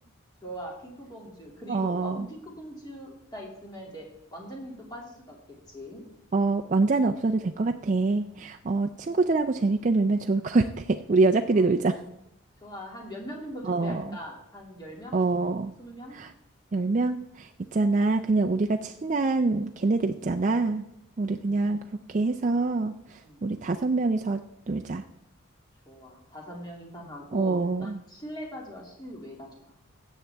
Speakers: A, on the left; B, on the right.
A: 좋아, 핑크 공주. 그리고,
B: 어.
A: 아, 그럼 핑크 공주가 있으면 이제 왕자님도 빠질 수가 없겠지.
B: 어, 왕자는 없어도 될 것 같아. 어, 친구들하고 재밌게 놀면 좋을 것 같아. <laughs> 우리 여자끼리
A: 어,
B: 놀자.
A: 좋아. 한 몇 명 정도 초대할까?
B: 어,
A: 한 10명?
B: 어,
A: 20명?
B: 열 명 있잖아. 그냥 우리가 친한 걔네들 있잖아. 우리 그냥
A: 음,
B: 그렇게 해서
A: 음,
B: 우리 다섯 명이서 놀자.
A: 좋아. 다섯 명이서 하고,
B: 어,
A: 난 실내가 좋아, 실외가 좋아.